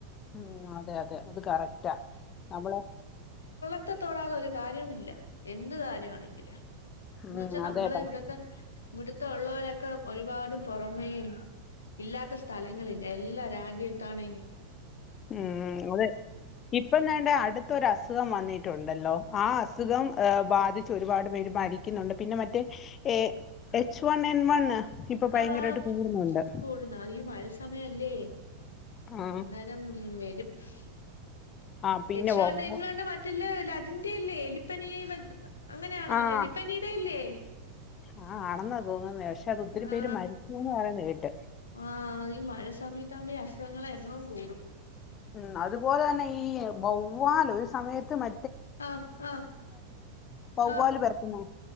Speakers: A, on the left; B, on the left.
A: ഉം അതെ അതെ അത് കറക്റ്റാ നമ്മളെ
B: ത്തെത്തോടാതെ ഒരു കാര്യവും ഇല്ല എന്ത് കാര്യമാണെങ്കിലും
A: ഉം
B: എന്ന് വെച്ചാ നമ്മളെ
A: അതെ പ-
B: ഇവിടത്തെ ഇവിട് തോള്ളോരൊക്കെ ഒരുപാട് പുറമേയും ഇല്ലാത്ത സ്ഥലങ്ങളില്ലാ എ ല്ലാ രാജി വെക്കാനെങ്കി
A: ഉം അതെ ഇപ്പം ദാണ്ടെ അടുത്തൊരു അസുഖം വന്നിട്ടു ണ്ടല്ലോ ആ അസുഖം ബാധിച്ച് ഒരുപാട് പേര് മരിക്കുന്നുണ്ട് പിന്നെ മറ്റേ A H one N one ഇപ്പൊ ഭയങ്കരമായിട്ട്
B: ആ ആ
A: കൂടുന്നുണ്ട്
B: കൂടുന്ന അയ്യോമഴസമയല്ലേ
A: ആ
B: അന്നേരം വരും <inaudible>
A: ആ പിന്നെ
B: യെച്ച് വണ്ണ്
A: വ-
B: എൻവണ്ണ് മറ്റ്ല്ലെ ഇല്ല അതിന്റെയല്ലേ എലിപ്പനി ബ അങ്ങനെയാണാ
A: ആ
B: എലിപ്പനീടെ അല്ലേ
A: ആഹ് <unintelligible> പേര്
B: ആ
A: മരിച്ചൂന്ന് പറയുന്ന കേട്ട്
B: ആ ഈ മഴ സമയത്താകുമ്പോ ഈ അസ് ഖങ്ങളെ എണ്ണവുംകൂടും
A: ഉം അതുപോലെ തന്നെ ഈ വവ്വാൽ ഒരു സമയത്ത് മ
B: ആ ആ
A: വവ്വാല്
B: ആആ
A: പരത്തുന്നേ